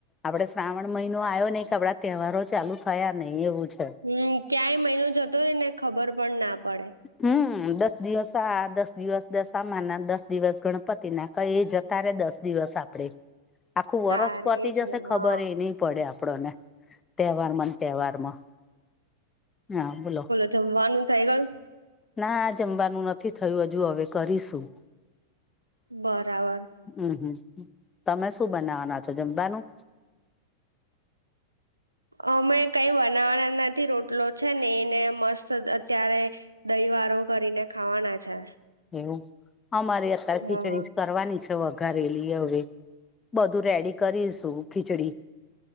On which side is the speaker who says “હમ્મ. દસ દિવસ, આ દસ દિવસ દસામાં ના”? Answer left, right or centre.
Left